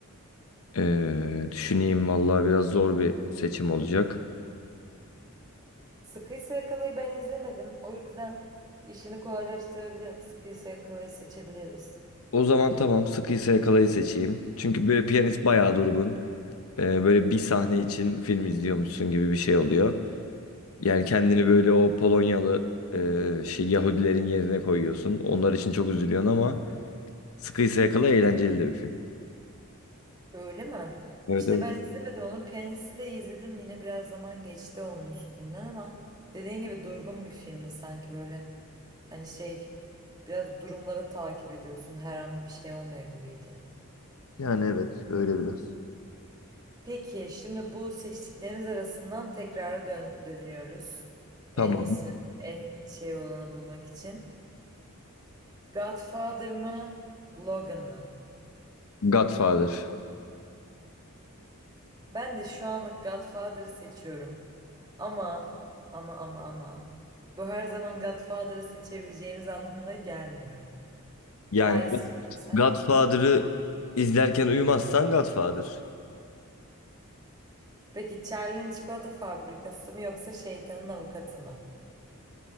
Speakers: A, on the left (about 70°); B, on the right (about 20°).
A: E, düşüneyim vallahi biraz zor bir seçim olacak.
B: Sıkıysa Yakala'yı ben izlemedim. O yüzden işini kolaylaştırabilirim. Sıkıysa Yakala'yı seçebiliriz.
A: O zaman tamam sıkıysa yakalayı seçeyim. Çünkü böyle piyanist bayağı durgun. Ee, böyle bir sahne için film izliyormuşsun gibi bir şey oluyor. Yani kendini böyle o Polonyalı e, şey Yahudilerin yerine koyuyorsun. Onlar için çok üzülüyorsun ama Sıkıysa Yakala eğlenceli de bir film.
B: Öyle mi?
A: Evet
B: İşte
A: evet.
B: ben izlemedim onu. Piyanisti de izledim. Yine biraz zaman geçti onun üstünden ama dediğin gibi durgun bir filmdi sanki böyle. Hani şey biraz durumları takip ediyorsun her an bir şey olmuyor gibiydi.
A: Yani evet öyle biraz.
B: Peki şimdi bu seçtiklerimiz arasından tekrar dön dönüyoruz. En
A: Tamam.
B: iyisini en şey olanı bulmak için. Godfather mı Logan mı?
A: Godfather.
B: Ben de şu anlık Godfather'ı seçiyorum. Ama ama ama ama bu her zaman Godfather'ı seçebileceğimiz anlamına gelmiyor.
A: Yani
B: Daha istersen.
A: bu Godfather'ı izlerken uyumazsan Godfather.
B: Peki Charlie'nin çikolata fabrikası mı yoksa şeytanın avukatı mı?